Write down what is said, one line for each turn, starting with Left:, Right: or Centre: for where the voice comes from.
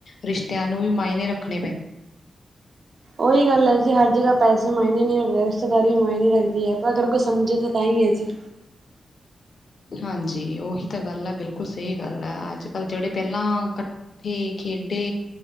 Left: ਰਿਸ਼ਤਿਆਂ ਨੂੰ ਵੀ ਮਾਇਨੇ ਰੱਖਣੇ ਪੈਂ
Right: ਉਹੀ ਗੱਲ ਹੈ ਜੀ, ਹਰ ਜਗ੍ਹਾ ਪੈਸੇ ਮਾਇਨੇ ਨੀ ਰੱਖਦਾ, ਰਿਸ਼ਤੇਦਾਰੀ ਮਾਇਨੇ ਰੱਖਦੀ ਹੈ, ਪਰ ਅਗਰ ਕੋਈ ਸਮਝੇ ਤਾਂ, ਤਾਂ ਹੀ ਹੈ ਜੀ।
Left: ਹਾਂਜੀ, ਉਹੀ ਤਾਂ ਗੱਲ ਹੈ, ਬਿਲਕੁਲ ਸਹੀ ਗੱਲ ਏ, ਅੱਜ ਕੱਲ ਜਿਹੜੇ ਪਹਿਲਾਂ ਕ ਥੇ ਖੇਡੇ